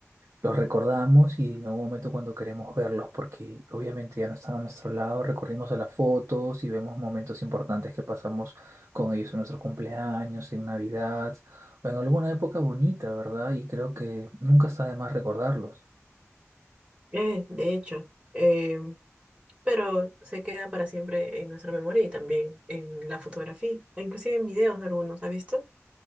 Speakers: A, on the right; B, on the right.
A: Los recordamos y en algún momento cuando queremos verlos, porque obviamente ya no están a nuestro lado, recurrimos a las fotos y vemos momentos importantes que pasamos con ellos en nuestros cumpleaños, en Navidad o en alguna época bonita, ¿verdad? Y creo que nunca está de más recordarlos.
B: Eh, de hecho. Eh, pero se quedan para siempre en nuestra memoria y también en la fotografía, e inclusive en videos algunos, ¿has visto?